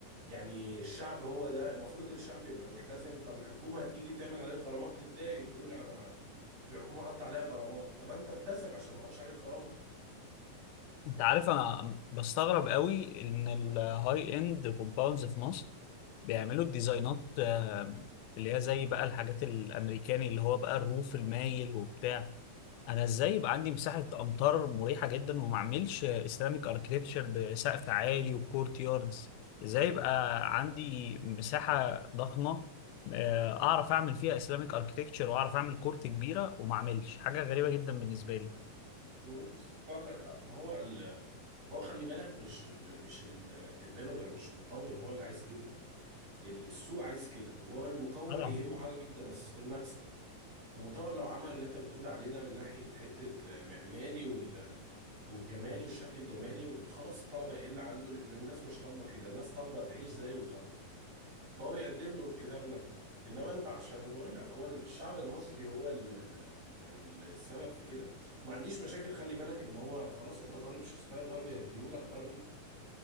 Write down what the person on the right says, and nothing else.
يعني الشعب هو ده المفروض الشعب يبقى ملتزم طب الحكومه هتيجي تعمل عليك غرامات تتضايق تقول انا الحكومه حاطه عليا غرامات طب انت التزم عشان ما احطش عليك غرامه
مم. عندك حق ما هو ال... هو خلي بالك مش ال مش الديفيلوبر مش المطور هو اللي عايز كده ال- السوق عايز كده وهو المطور
يهمه حاجه واحده بس المكسب المطور لو عمل اللي انت بتقول عليه ده من ناحية حتة معماري وال- والجمالي والشكل الجمالي خلاص الطلبة هيقل عنده لأن الناس مش طالبة كده الناس طالبة تعيش زي الغرب فهو بيقدم له الكتاب ده إنما أنت عشان بقول لك هو الشعب المصري هو ال يعني السبب في كده ما عنديش مشاكل خلي بالك إن هو خلاص أنت طالب ستايل غربي هديهولك غربي